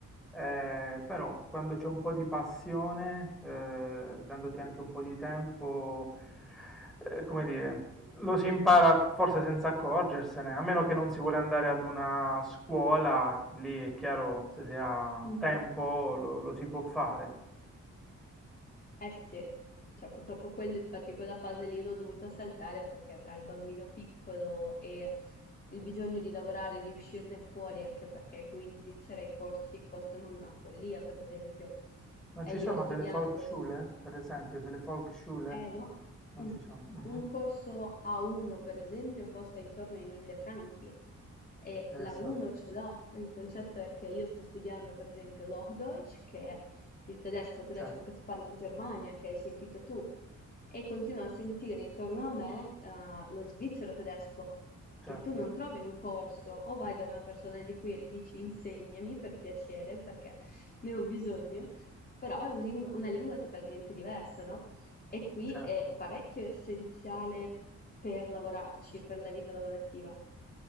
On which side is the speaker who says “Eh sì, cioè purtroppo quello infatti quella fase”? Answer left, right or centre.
Left